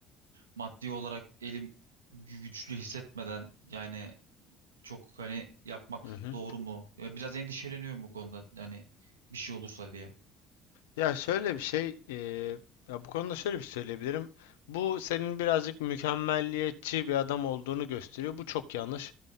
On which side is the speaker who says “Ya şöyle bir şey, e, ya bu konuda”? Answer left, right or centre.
Left